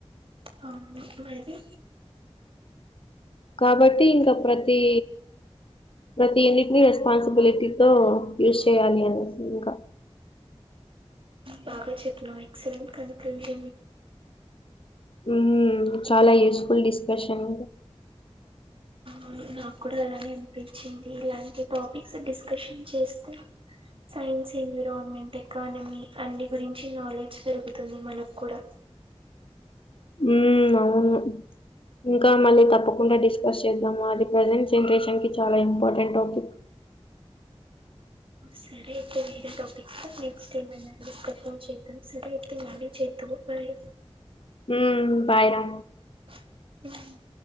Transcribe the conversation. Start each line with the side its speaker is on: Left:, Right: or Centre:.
Right: అవును ఇప్పుడైతే
Left: కాబట్టి ఇంకా ప్రతీ ప్రతి యూనిట్ని రెస్పాన్సిబిలిటీ తో యూజ్ చేయ్యాలి అనేసి ఇంకా
Right: బాగా చెప్పినవ్ ఎక్సలెంట్ కల్ప్రిట్
Left: ఊమ్ చాలా యూస్ఫుల్ డిస్కర్షన్
Right: అవును నాక్కూడా అలానే అనిపిచింది ఇలాంటి టాపిక్స్ డిస్కర్షన్ చేస్తే సైన్స్ ఇన్విరాన్మెంట్ ఎకానమీ అన్ని గురించి నాలెడ్జ్ పెరుగుతుంది మనక్కూడా
Left: ఉమ్ ఔను ఇంకా మళ్ళీ తప్పకుండా డిస్కస్ చేద్దామది ప్రజెంట్ జనరేషన్ కి చాలా ఇంపార్టెంట్ టాపిక్
Right: సరే అయితే వేరే టాపిక్స్ నెక్స్ట్ టైమ్ డిస్క చే సరే అయితే మీరేచేతురు మరే
Left: ఉమ్ బైరా
Right: ఉహు